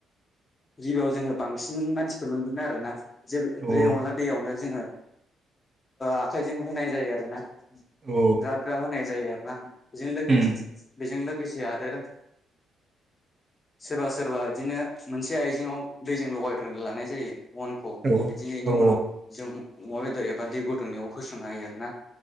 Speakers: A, on the left (about 30°); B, on the right (about 40°).
A: गिबियाव जोङो बांसिन मानसिफोर मोनो आरोना जे बे
B: औ
A: अनला दैयावनो जोङो आखाइजों होनाय जायो आरोना
B: औ
A: दाद दाद होनाय जायो आरो ना बेजों लोगोसे
B: उम
A: बेजों लोगोसे आरो सोरबा सोरबा बिदिनो मोनसे आइजेंआव दैजों लगायग्रोना लानाय जायो अनखौ बिदिनायनि
B: औ औ
A: उनाव जों अमा बेदर एबा दै गुदुंनायाव होसननो हायो आरो ना